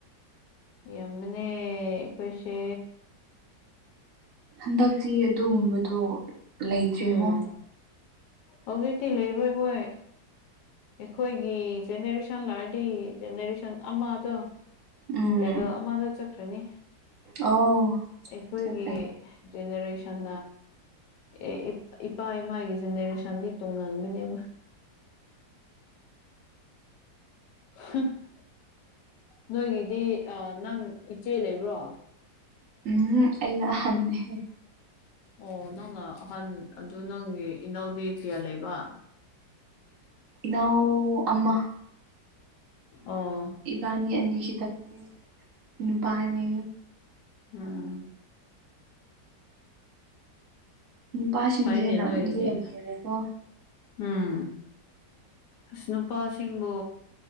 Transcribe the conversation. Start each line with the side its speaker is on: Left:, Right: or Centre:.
Left: ꯌꯕꯅꯦ ꯑꯩꯈꯣꯏꯁꯦ
Right: ꯍꯟꯗꯛꯇꯤ ꯑꯗꯨꯒꯨꯝꯕꯗꯣ ꯂꯩꯇ꯭ꯔꯦꯉꯣ
Left: ꯎꯝ ꯍꯧꯖꯤꯛꯇꯤ ꯂꯩꯔꯣꯏ ꯍꯣꯏ ꯑꯩꯈꯣꯏꯒꯤ ꯖꯦꯅꯦꯔꯦꯁꯟ ꯂꯔꯗꯤ ꯖꯦꯅꯦꯔꯦꯁꯟ ꯑꯃꯗꯣ
Right: ꯎꯝ
Left: ꯂꯦꯚꯦꯜ ꯑꯃꯗ ꯆꯠꯈ꯭ꯔꯅꯤ
Right: ꯑꯣ
Left: ꯑꯩꯈꯣꯏꯒꯤ
Right: ꯆꯠꯈ꯭ꯔꯦ
Left: ꯖꯦꯅꯦꯔꯦꯁꯟ ꯑꯦ ꯏꯄꯥ ꯏꯃꯥꯒꯤ ꯖꯦꯅꯦꯔꯦꯁꯟꯗꯤ ꯇꯣꯡꯉꯟꯥꯟꯕꯅꯦꯕ ꯍꯝ ꯅꯣꯏꯒꯤꯗꯤ ꯅꯪ ꯏꯆꯦ ꯂꯩꯕ꯭ꯔꯣ
Right: ꯎꯝ ꯑꯩꯩꯅ ꯍꯦ
Left: ꯑꯣ ꯅꯪꯅ ꯑꯍꯟ ꯑꯗꯨ ꯅꯪꯒꯤ ꯏꯅꯧꯗꯤ ꯀꯌꯥ ꯂꯩꯕ
Right: ꯅꯎ ꯑꯃ
Left: ꯑꯥ
Right: ꯏꯕꯥꯅꯤ ꯑꯅꯤ ꯈꯤꯇꯪꯅꯦ ꯅꯨꯄꯥꯅꯤ
Left: ꯎꯝ
Right: ꯅꯨꯄꯥꯁꯤꯡꯁꯦ
Left: ꯐꯩꯅꯦ
Right: ꯂꯝꯗꯤ
Left: ꯅꯣꯏꯒꯤꯗꯤ
Right: ꯂꯝ ꯈꯦꯂꯦꯀꯣ
Left: ꯎꯝ ꯑꯁ ꯅꯨꯄꯥꯁꯤꯡꯕꯨ